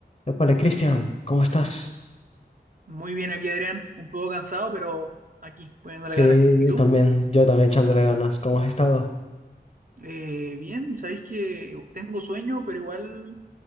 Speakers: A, on the left (about 40°); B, on the right (about 50°).
A: Épale, Cristian, ¿cómo estás?
B: Muy bien aquí, Adrián. Un poco cansado, pero aquí, poniéndole
A: Sí,
B: ganas. ¿Y tú?
A: también, yo también echándole ganas. ¿Cómo has estado?
B: Eh, bien, sabéis que tengo sueño, pero igual